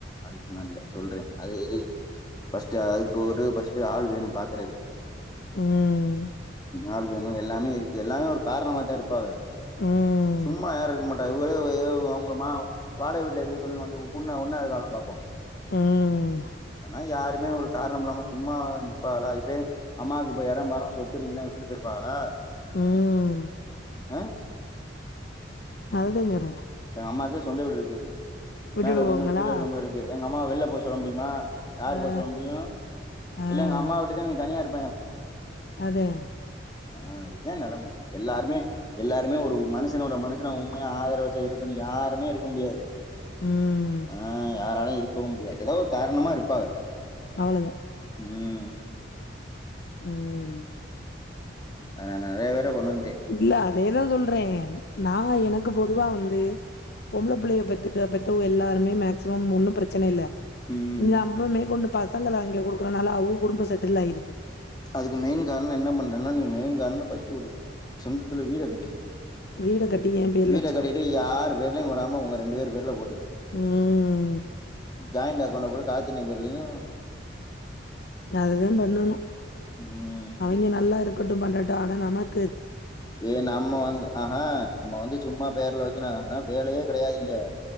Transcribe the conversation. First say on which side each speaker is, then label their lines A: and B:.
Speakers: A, on the left; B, on the left.
A: அத் நல்ல சொல்றே அது பர்ஸ்டு அதுக்கு ஒரு பர்ஸ்டு ஒரு ஆள் வேணு பாக்குறதுக்கு
B: உம்
A: ஆள் வேணு எல்லாமே இருக்கு எல்லாமே ஒரு காரணமா தா இருப்பாக
B: ம்
A: சும்மா யாரு இருக்க மாட்ட இர அவங்க வாடக வீட்ல இருங்க சொல்லுங்க வந்து உண்ணா ஒன்னாரு காலா பார்போ
B: ம்
A: ஆனா யார் ஒரு காரணம் இல்லாம சும்மா நிற்பாகளா இப்ப அம்மாவுக்கு இப்ப இடம் பாத்துருங்குன்னா சொத்துயிருக்குனா விட்டுட்டு போயிருவாளா
B: உம்
A: ஆ
B: அதுதா கேக்குற
A: இ அம்மாக்கு சொந்த வீடு இருக்கு
B: விட்டுடுவோங்களா
A: மேல ரூமு கீழ ரூமு இருக்கு எங்க அம்மாவ வெளில போக சொல்ல முடியுமா யார்
B: ஆ
A: போய் சொல்ல முடியும்
B: ஆ
A: இல்ல எங்க அம்மா விட்டுதா நீ தனிய இரு
B: அதே
A: <unintelligible> ஆஹ் இதா நெலம எல்லாருமே எல்லாருமே ஒரு மனுசனோட மனுசன உண்மையா ஆதரவு வெச்ச இருக்கு யாருமே இருக்க முடியாது
B: ம்
A: ஆஹ் யாராலயு இருக்கவு முடியாது ஏதோ காரணமா இருப்பாக
B: அவ்ளோதா
A: உம்
B: உம்
A: அத நா நெறைய உனட்ட
B: இல்ல அதேதா சொல்றே நா எனக்கு பொதுவாக வந்து பொம்பள பிள்ளைய பெத்து பெற்றவ எல்லாருமே மேக்சிமம் ஒன்னு பிரச்சன இல்ல
A: ம்.
B: நீ அப்பவுமே கொண்டு பசங்க அங்க குடுக்குறனால அவங்க குடும்ப செட்டில் ஆயிருது
A: அதுக்கு மெயின் காரணம் என்ன பண்றேன்னா நீ மெயின் காரணம் ஃபஸ்ட் ஒரு சொந்தத்துல வீட கட்டிரு
B: வீட கட்டி ஏ பேர்ல
A: வீடகட்டிட்டு
B: வச்சுக்கணு
A: யார் பெர்லயும் வராம உங்க ரெண்டு பேர் பேர்ல போட்டுக
B: உம்
A: ஜாயிண்ட் அக்கவுண்டல போட்டு காத்தின பேர்லயு
B: அதுதான் பண்ணணும்
A: ம்.
B: அவிங்க நல்லா இருக்கட்டும் பண்றட்டு ஆனா நமக்
A: ம் ஏ நம்ம வந்து ஆஹா நம்ம வந்து சும்மா பேர்ல வைக்க <unintelligible> ஆனா வேலையே கெடையாதிங்க